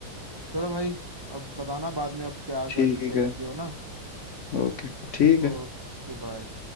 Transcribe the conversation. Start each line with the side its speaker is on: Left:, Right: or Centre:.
Right: चलो भाई अब बताना बाद में अब क्या
Left: ठीक
Right: गाड़ी डिसाइड
Left: है
Right: की हो ना
Left: ओके ठीक है
Right: Okay bye